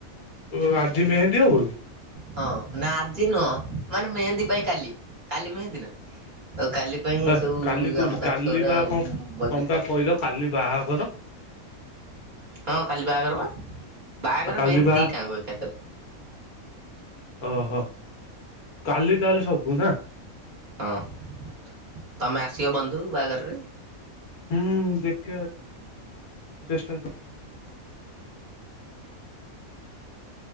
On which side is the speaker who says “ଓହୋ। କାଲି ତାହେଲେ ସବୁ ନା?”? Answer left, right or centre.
Left